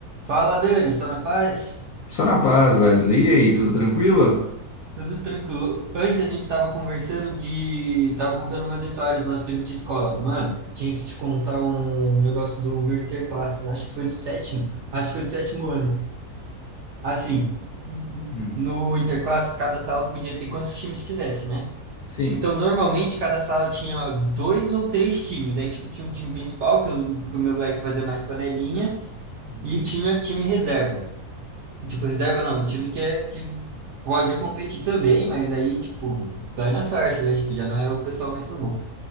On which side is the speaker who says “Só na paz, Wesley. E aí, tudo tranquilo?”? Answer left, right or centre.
Left